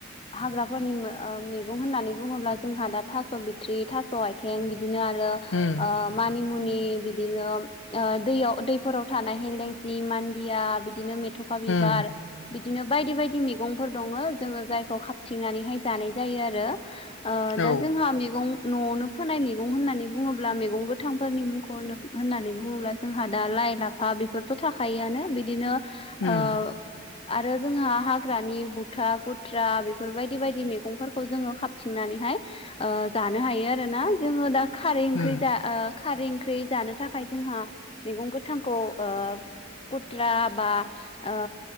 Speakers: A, on the left; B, on the left.
A: हाग्राफोरनि ओ मैगं होननानै बुङोब्ला जोंहा दा थास' बिथ्रि थास स आइथें बिदिनो आरो
B: उम।
A: ओ मानि मुनि बिदिनो ओ दैयाव दैफोराव थानाय हेलेंसि मान्दिया बिदिनो मेथ' खा बिबार
B: उम
A: बिदिनो बायदि बायदि दि मेगंफोर दङ जोङो जायखौ खााबथिंनानैहाय जानाय जायो आरो। ओ
B: औ
A: दा जोंहा मैगं न'आवनो फोनाय मैगं होननानै बुङोब्ला मैगं गोथांफोरनि मुंखौ होननानै बुङोब्ला जोंहा दा लाइ लाफा बेफोरथ' थाखायोआनो बिदिनो
B: उम
A: ओ आरो जोंहा हा ग्रानि बुथा गुथ्रा बेफोरबायदि बायदि मैगंफोरखौ जोङो खाबथिंनानैहाय ओ जानो हायो आरो ना जोङो दा खारै ओंख्रि
B: उम
A: जा ओ खारै ओंख्रि जानो थाखाय जोंहा मैगं गोथांखौ ओ खुथ्रा बा ओ